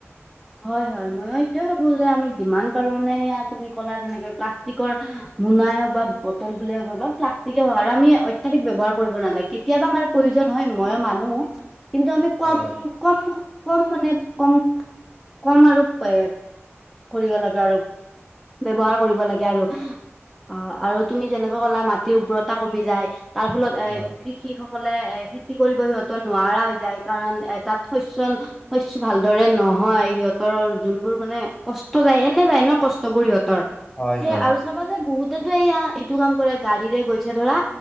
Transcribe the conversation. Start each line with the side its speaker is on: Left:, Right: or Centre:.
Centre: হয়-হয় ময় এইটোয়ে ভাবো যে আমি যিমান পাৰো নে তুমি ক'লা যেনেকে প্লাষ্টিকৰ মোনাই হওক বা বটল বুলে হওক বা প্লাষ্টিকে হওঁক আৰু আমি অত্যাধিক ব্যৱহাৰ কৰিব নালাগে কি তিয়াবা আমাৰ প্ৰয়োজন হয় মইও মানো। কিন্তু আমি কম
Left: হয়
Centre: কম কম মানে কম কম আৰু এ কৰিব লাগে আৰু ব্যৱহাৰ কৰিব লাগে আৰু। অ আৰু তুমি যেনেকৈ কলা মাটিৰ উৰ্বৰতা কমি যায় তাৰ ফলত এ
Left: হয়
Centre: কৃষি সকলে এ খেতি কৰিব সিহত নোৱাৰা হৈ যায় কাৰণ এ তাত শস্যন শস্য ভালদৰে নহয়। সিহঁতৰ যোনবোৰ মানে কষ্ট যায় এনে যায় ন কষ্টবোৰ সিহতৰ
Left: হয়
Centre: সেই
Left: হয়
Centre: আৰু চাবা যে বহুতেতো এয়া এইটো কাম কৰে গাড়ীৰে গৈছে ধৰা